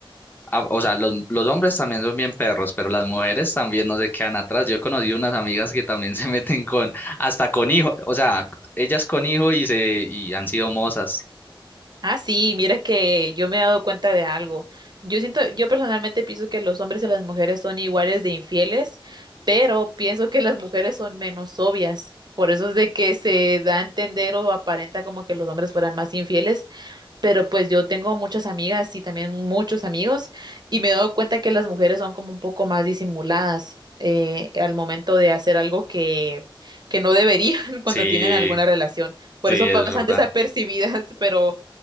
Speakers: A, on the left; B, on the right.
A: ah, o sea, los, los hombres también son bien perros, pero las mujeres también no se quedan atrás. Yo he conocido unas amigas que también <laughs> se meten con, hasta con hijo, o sea, ellas con hijo y se, y han sido mozas.
B: Ah, sí, mira que yo me he dado cuenta de algo. Yo siento, yo personalmente pienso que los hombres y las mujeres son iguales de infieles, pero pienso que las mujeres son menos obvias. Por eso es de que se da a entender o aparenta como que los hombres fueran más infieles, pero pues yo tengo muchas amigas y también muchos amigos y me he dado cuenta que las mujeres son como un poco más disimuladas eh, al momento de hacer algo que, que no deberían <laughs> cuando
A: Sí,
B: tienen alguna relación.
A: sí,
B: Por eso
A: es
B: pasan
A: verdad.
B: desapercibidas, <laughs> pero